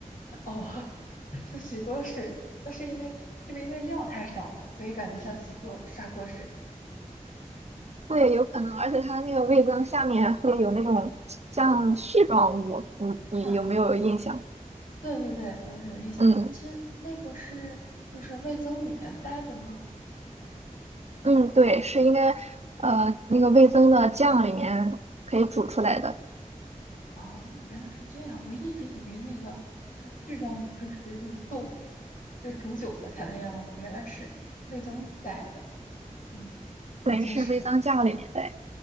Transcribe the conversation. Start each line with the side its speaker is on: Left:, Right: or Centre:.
Left: 哦，<laughs> 像洗锅水，那是因为是不是因为料太少了，所以感觉像洗锅砂锅水？
Right: 对，有可能，而且它那个味增下面会有那种像絮状物，
Left: 嗯嗯，
Right: 你你有没有印象？
Left: 啊。对对对，我有印象。
Right: 嗯
Left: 其实那个是就是味增里面带的吗？
Right: 嗯，对，是应该呃那个味增的酱里面可以煮出来的，
Left: 啊，原来是这样。我一直以为那个就是序章不是那个豆腐，就煮久了才那样的，原来是味增带的。嗯，长见识了。
Right: 对，是味增酱里面的，